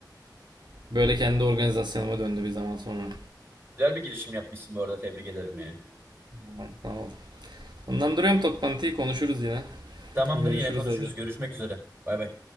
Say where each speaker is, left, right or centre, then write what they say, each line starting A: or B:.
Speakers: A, on the right; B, on the right.
A: böyle kendi organizasyonuma döndü bir zaman sonra.
B: Güzel bir girişim yapmışsın bu arada. Tebrik ederim yani.
A: Tamam, Sağ ol. Ondan duruyorum toplantıyı konuşuruz yine.
B: Tamamdır
A: Görüşürüz
B: yine konuşuruz.
A: hadi.
B: Görüşmek üzere. Bay bay.